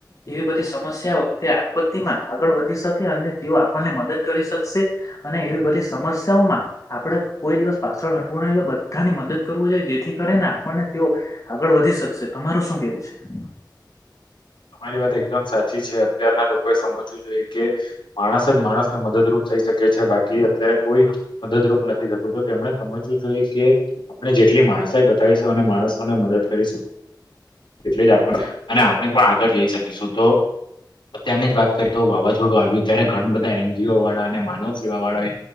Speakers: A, on the left; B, on the left.
A: એવી બધી સ મસ્યા વખતે આપત્તિમાં આગળ વધી શકે અને તેઓ આપણને મદદ કરી શકશે અને એવી બધી સમસ્યાઓમાં આપડે કોઈ દિવસ પાછળ હટવું નાહી જોઈએ બધાની મદદ કરવું જોઈએ જેથી કરીને આ પણને તેઓ આગળ વધી શકશે તમારું શું કેવું છે?
B: તમારી વાત એકદમ સાચી છે અત્યારના લોકોએ સમજવું જોઈએ કે માણસ જ માણસને મદદરૂપ થઇ શકે છે બાકી અત્યારે કોઈ મદદરૂપ નથી થતું તેમણે સમજવું જોઈએ કે આપણે જે ટલી માણસાઈ બતાવીશું અને માણસોને મદદ કરીશું એટલે જ આપ અને આપણે પણ આ ગળ જઈ શકીશું તો અત્યારની જ વાત કરી તો વાવાઝોડું આવ્યું ત્યારે ઘણા બધા એન જી ઓ વાળા અને માનવ સેવા વાળા એ